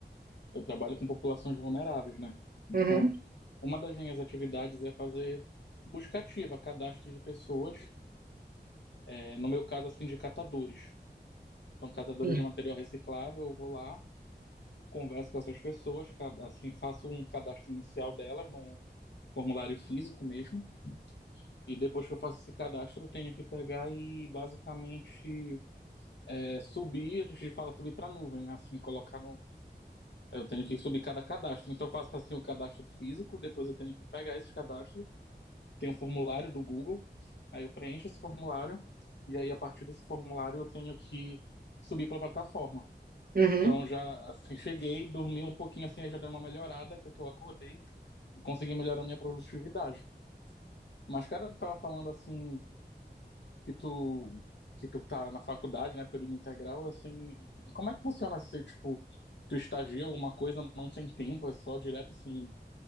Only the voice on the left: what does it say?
eu trabalho com populações vulneráveis, né, então
uma das minhas atividades é fazer busca ativa, cadastro de pessoas, é, no meu caso, assim, de catadores, são catadores
de material reciclável, eu vou lá, converso com essas pessoas, ca- assim, faço um cadastro inicial delas num formulário físico mesmo. E depois que eu faço esse cadastro, eu tenho que pegar e basicamente é, subir, a gente fala subir para a nuvem, né? Assim, colocar no. Eu tenho que subir cada cadastro. Então eu faço assim o cadastro físico, depois eu tenho que pegar esses cadastros, tem um formulário do Google, aí eu preencho esse formulário, e aí a partir desse formulário eu tenho que subir para a plataforma.
Então já assim, cheguei, dormi um pouquinho assim, já dei uma melhorada, aí foi que eu acordei. conseguir melhorar minha produtividade. Mas, cara, tu tava falando assim que tu que tu tá na faculdade, né, período integral, assim, e como é que funciona se, tipo, tu estagia alguma coisa, não tem tempo, é só direto, assim,